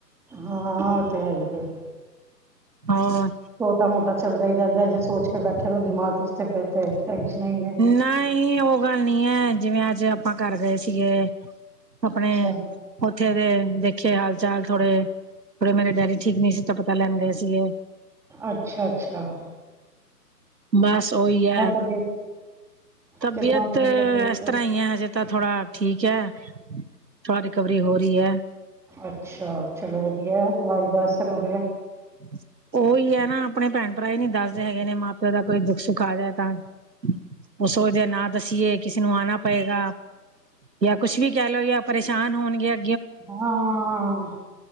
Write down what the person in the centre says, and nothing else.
ਹਾਂ ਓ ਤੇ ਹੈ ਈ ਏ।
ਛੋਟਾ ਮੋਟਾ ਚੱਲਦਾ ਈ ਰੈਂਦੈ, ਜੇ ਸੋਚ ਕੇ ਬੈਠੇ ਰੋ ਦਿਮਾਗ ਇੱਚ ਤੇ ਫੇਰ ਤੇ ਟੈਨਸ਼ਨਾ ਈ
ਅੱਛਾ
ਅੱਛਾ-ਅੱਛਾ।
ਤਬੀਅਤ
ਕਿੱਦਾਂ ਉਹਨਾਂ ਦੀ ਤਬੀਅਤ
ਅੱਛਾ ਚਲੋ ਵਧੀਆ ਦਵਾਈ ਦਾ ਅਸਰ ਹੋ ਰਿਆ।
ਹਾਂ